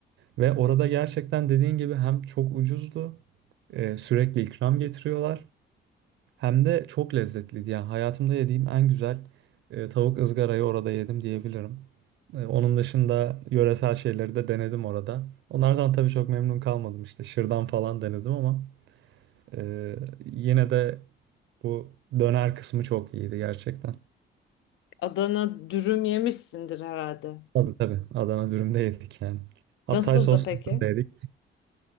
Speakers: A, on the right; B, on the left.
A: Ve orada gerçekten dediğin gibi hem çok ucuzdu, e, sürekli ikram getiriyorlar. Hem de çok lezzetliydi. Yani hayatımda yediğim en güzel e, tavuk ızgarayı orada yedim diyebilirim. E, onun dışında yöresel şeyleri de denedim orada. Onlardan tabii çok memnun kalmadım işte. Şırdan falan denedim ama e, yine de bu döner kısmı çok iyiydi gerçekten.
B: Adana dürüm yemişsindir herhalde.
A: Tabii tabii. Adana dürüm de yedik yani. Hatay
B: Nasıldı
A: soslu
B: peki?
A: dürüm de yedik.